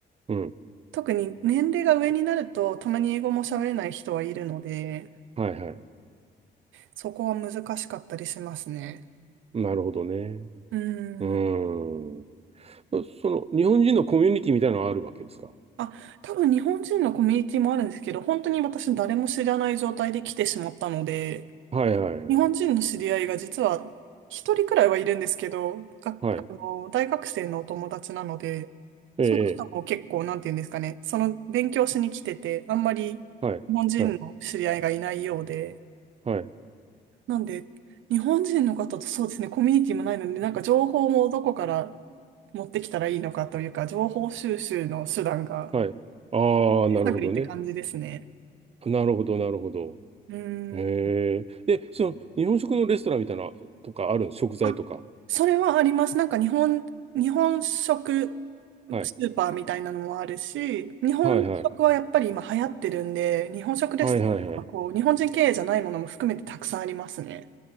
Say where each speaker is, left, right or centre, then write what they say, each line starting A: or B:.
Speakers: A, on the right; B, on the right.
A: うん。
B: 特に年齢が上になるとたまに英語も喋れない人はいるので、
A: はいはい。
B: そこは難しかったりしますね。
A: なるほどね。
B: うーん。
A: うーん。その、日本人のコミュニティみたいなのはあるわけですか
B: あ、多分日本人のコミュニティもあるんですけど、本当に私誰も知らない状態で来てしまったので、
A: はいはいはい。
B: 日本人の知り合いが実は一人くらいはいるんですけど、が、
A: はい。
B: あの、大学生のお友達なので、
A: ええ、
B: その人も結構、
A: え
B: なんていうんですかね、その勉強しに来てて、あんまり日本人の知り合いがいないようで、
A: えはい。はい。はい。
B: なんで、日本人の方とそうですね、コミュニティもないので、なんか情報もどこから持ってきたらいいのかというか、情報収集の手段が、
A: はい。ああ、なるほどね。
B: 探りって感じですね。
A: なるほど、なるほど。
B: うーん。
A: へえ。で、その、日本食のレストランみたいな、とかあるん食材とか。
B: あ、それはあります。なんか日本、日本食
A: はい。
B: スーパーみたいなのもあるし、日本食はやっぱり今流行ってるんで、
A: はいはい。
B: 日本食レストランはこう、
A: はいはいはい。
B: 日本人経営じゃないものも含めてたくさんありますね。